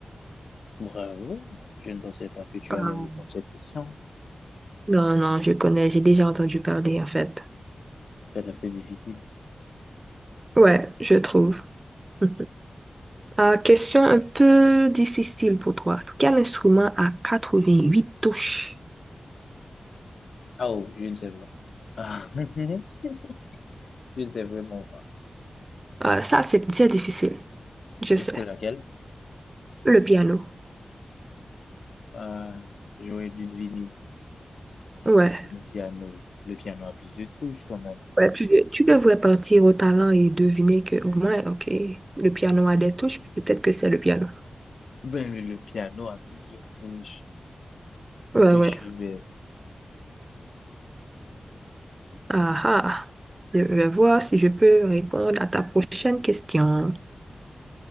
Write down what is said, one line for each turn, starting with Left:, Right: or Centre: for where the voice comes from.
Left: Bravo. Je ne pensais pas que tu
Right: Ah,
Left: allais répondre à cette question.
Right: Non, non, je connais, j'ai déjà entendu parler en fait.
Left: C'est assez difficile.
Right: Ouais, je trouve. <laughs> Ah, question un peu difficile pour toi. Quel instrument a 88 touches?
Left: Ah, Oh, je ne sais pas. Ah, <laughs> je ne sais vraiment pas.
Right: Ah, ça, c'est déjà difficile. Je
Left: Et
Right: sais.
Left: c'est laquelle?
Right: Le piano.
Left: Ah, j'aurais dû deviner
Right: Ouais.
Left: le piano. Le piano a plus de touches quand même.
Right: Ouais, tu, de- tu devrais partir au talent et deviner que, au moins, OK, le piano a des touches. Peut-être que c'est le piano.
Left: Ben, le, le piano a plusieurs touches
Right: Ouais,
Left: que
Right: ouais.
Left: je suis bête.
Right: Ah, ah. Je vais voir si je peux répondre à ta prochaine question.